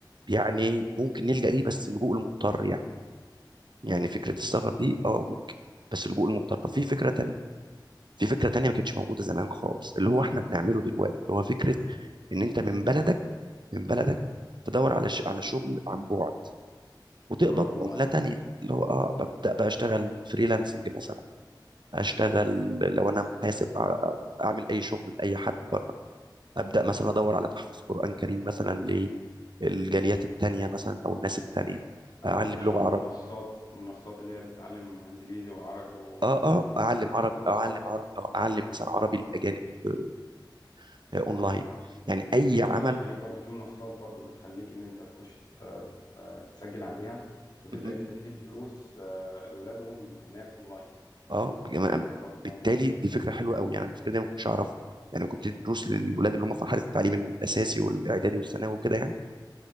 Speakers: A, on the right; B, on the left.
A: يعني ممكن نلجأ ليه بس لجوء المضطر يعني يعني
B: فعلا
A: فكرة السفر دي اه ممكن بس اللجوء المضطر طب في فكرة تانية في فكرة تانية ما كانتش موجودة زمان خالص اللي هو احنا بنعمله دلوقتي اللي هو فكرة ان انت من بلدك من بلدك تدور على ش... على شغل عن بعد وتقبض
B: اللي هو الاونلاين
A: بعملة تانية
B: مم.
A: اللي هو اه ببدأ بقى اشتغل فريلانسنج مثلا اشتغل لو انا محاسب أع- اعمل اي شغل لاي حد بره ابدأ مثلا ادور على تحفيظ قرآن كريم مثلا للجاليات التانية مثلا او الناس التانية اعلم
B: او اخش
A: لغة
B: على
A: عربية
B: منصات منصات اللي هي بتعلم انجليزي وعربي وحساب
A: اه اه
B: وعلوم
A: اعلم عربي
B: ودراسات
A: اعلم عربي اعلم مثلا عربي للاجانب آه، آه، اونلاين يعني اي
B: في دول
A: عمل
B: الخليج برضو في منصات برضو بتخليك ان انت تخش ت- تس- تسجل عليها وتبدا
A: م- م.
B: ان انت تدي دروس آه، لاولادهم هناك اونلاين
A: اه بجم-
B: برضو
A: بالتالي
B: موجوده
A: دي فكره حلوه قوي يعني الفكره دي أنا ما كنتش اعرفها يعني كنت دروس للولاد اللي هم في مرحله التعليم الاساسي والاعدادي والثانوي وكده يعني